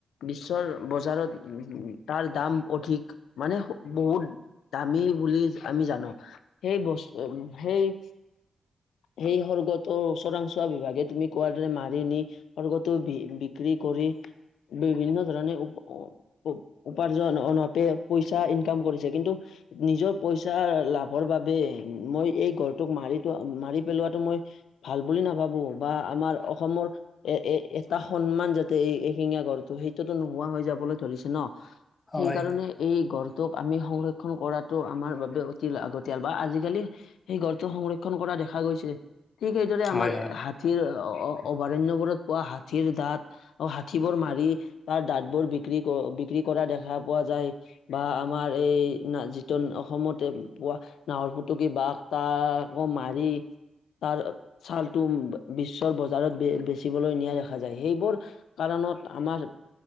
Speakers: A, on the left (about 80°); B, on the left (about 40°).
A: বিশ্বৰ বজাৰত তাৰ দাম অধিক মানে বহুত দামী বুলি আমি জানো সেই বস্তু সেই সেই সৰ্গটো চোৰাংচোৱা বিভাগে তুমি কোৱাৰ দৰে মাৰি নি সৰ্গটো বি- বিক্ৰী কৰি কৰি বিভিন্ন ধৰণে উ-উপাৰ্জনঅতে পইচা ইনকাম কৰিছে কিন্তু নিজৰ পইচা লাভৰ বাবে মই এই গঢ়টোক মাৰিটো মাৰি পেলোৱাটো মই ভাল বুলি নাভাবো বা আমাৰ অসমৰ এ, এ, এটা সন্মান যাতে এই এশিঙীয়া গঢ়টো সেইটোটো নোহোৱা হৈ যাবলৈ ধৰিছে ন
B: হয়
A: সেইকাৰণে এই গড়টোক আমি সংৰ কৰাটো আমাৰ বাবে অতি লাগতিয়াল বা আজিকালি সেই গঢ়টো সংৰক্ষণ কৰা দেখা গৈছে। ঠিক সেইদৰে আমাৰ
B: হয় হয়
A: হাতীৰ অভ-অভয়াৰণ্যবোৰত পোৱা হাঠীৰ দাঁত হঠী বোৰ মাৰি তাৰ দাঁত বোৰ বিক্ৰী ক বিক্ৰী কৰা দেখা পোৱা যায় বা আমাৰ এই না যিটো অসমতে পোৱা নাহৰ ফুটুকি বাঘ তাক আকৌ মাৰি তাৰ ছালটো বিশ্বৰ বজাৰত বেচিবলৈ নিয়া দেখা যায় সেইবোৰ কাৰ <unintelligible> আমাৰ।